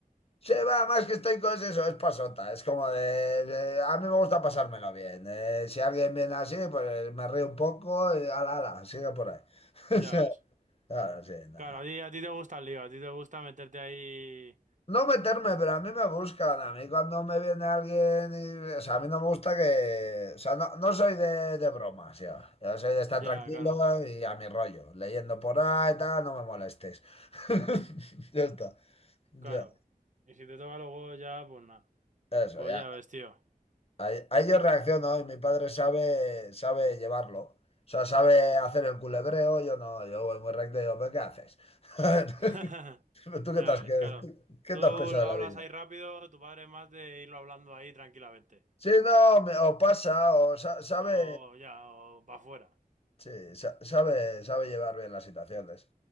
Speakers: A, on the left (about 40°); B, on the right (about 55°).
A: Sí, va, más que estoy con eso, es pasota, es como de... de- a mí me gusta pasármelo bien. eh, si alguien viene así, pues eh, me río un poco y ala, ala, sigue por ahí. <laughs>
B: Ya
A: Sí,
B: ves.
A: claro, sí, no.
B: Claro, a ti, a ti te gusta el lío, a ti te gusta meterte ahí.
A: No meterme, pero a mí me buscan. A mí cuando me viene alguien, y- o sea, a mí no me gusta que, o sea, no, no soy de, de bromas, ya. Yo soy de estar
B: Ya,
A: tranquilo
B: claro.
A: y a mi rollo, leyendo por ahí, tal, no me molestes. <laughs> Ya está. Ya,
B: Claro. Y si te toca los huevos ya, pues nada.
A: eso,
B: Pues
A: ya.
B: ya ves, tío.
A: Ahí, ahí yo reacciono y mi padre sabe, sabe llevarlo. O sea, sabe hacer el culebreo, yo no, yo voy muy recto y digo, "¿Pero ¿qué haces? <laughs>
B: <laughs>
A: ¿Tú qué
B: Ya
A: te has,
B: ves,
A: qué
B: claro. Tú
A: te has pensado
B: lo
A: de
B: hablas
A: la vida?
B: ahí rápido, tu padre es más de irlo hablando ahí tranquilamente.
A: Sí, no, me- o pasa, o sa- sabe,
B: O ya, o para afuera.
A: sí, sa- sabe, sabe llevar bien las situaciones.